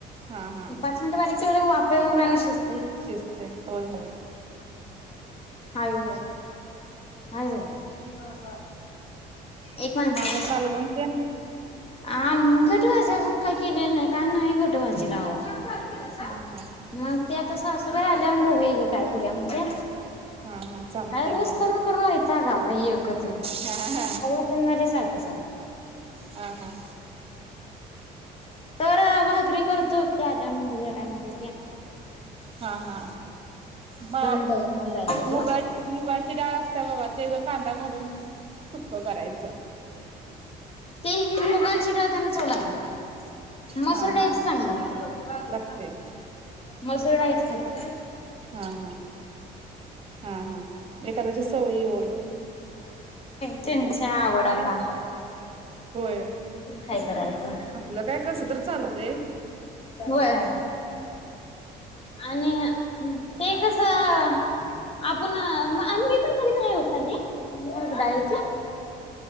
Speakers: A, on the right; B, on the left.
A: हा हा
B: पाच मिनट बारीक तेवढ वाफेवर शिज
A: शिजतय होय होय
B: हाय व्ह् हाय जरा एक माणसाची.
A: माझा कालवण सेम
B: आ घटभाजी अजून काही केलेलं नाही का नाही घटभाजीला आवो चालु केलसा,
A: हा हा
B: मग ते आता सासून आल्यावर बघूया की काय करूया म्हणत्या
A: हा हा चालतय
B: काय रोज
A: की
B: करून करून वैतागआला एकच एकच
A: हा हा
B: खाऊ वाटणा सारखं
A: हा हा
B: तर भाकरी करतो त्यान बघूया काय म्हणतात ते
A: हा हा म
B: दवाखान्याला जायला पाहिजे
A: मुगाची
B: ओ.
A: मुगाची डाळ असते बघा ते ज कांदा घालून सुप अ करायचं
B: हे हे मुगाची डाळयना त्यांना चव लागेल मसूर
A: हा
B: डाळीच
A: हा
B: चांगल लागतंय.
A: लागतय
B: मसूर डाळी च खातात.
A: हा हा हा हा एखाद्याच्या सवयीवर ओ
B: चेंज त्या आवड आता
A: होय
B: काय
A: <inaudible>
B: करायचं?
A: आपलं काय कसं तर चालतय
B: व्हय. आणि ते कसं आपण आ मी पण कधी नाही वो खाल्ली मुग डाळीचं.